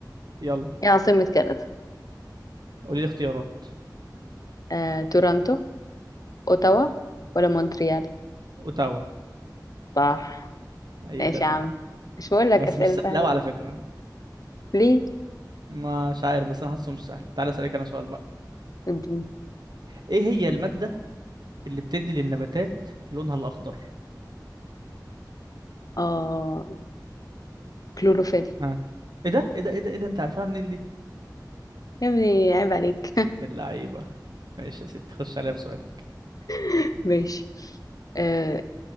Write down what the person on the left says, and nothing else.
ايه عاصمة كندا
آه... تورونتو اوتاوا ولا مونتريال
صح
ماشي
يا عم
مش بقول لك
أسئلة
سهلة
ليه
اديني
اه كلوروفيل
يا ابني عيب عليك
<laughs> ماشي آه